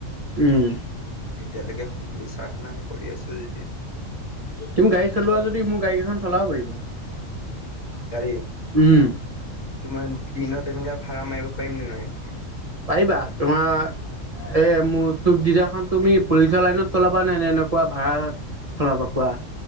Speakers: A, on the right; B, on the left.
A: উম।
B: এতিয়ালৈকে বিচৰা নাই কৰি আছোঁ যেতিয়া।
A: তুমি গাড়ী চলোৱা যদি, মোৰ গাড়ীকেইখন চলাব পাৰিবা।
B: গাড়ী
A: উম।
B: তোমাৰ দিনত এনেকা ভাড়া মাৰিব পাৰিম নে নোৱাৰিম?
A: পাৰিবা। তোমাৰ, এ মোৰ চুপ ডিজাইয়াৰখন তুমি পুলিচৰ লাইনত চলাবা নে, নে এনেকুৱা ভাৰাত চলাবা কোৱা?